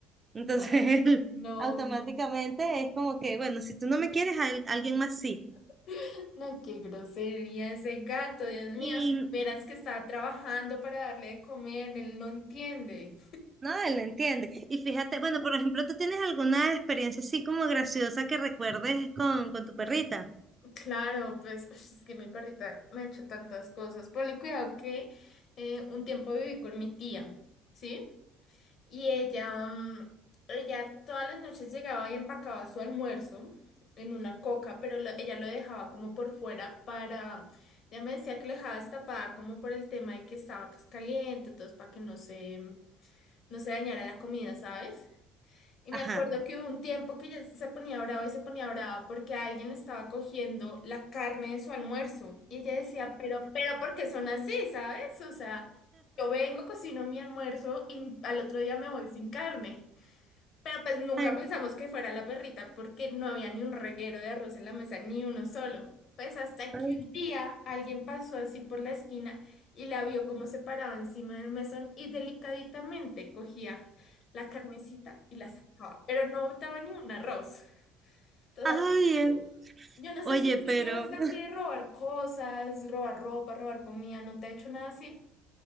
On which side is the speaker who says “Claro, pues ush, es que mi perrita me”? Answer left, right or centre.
Left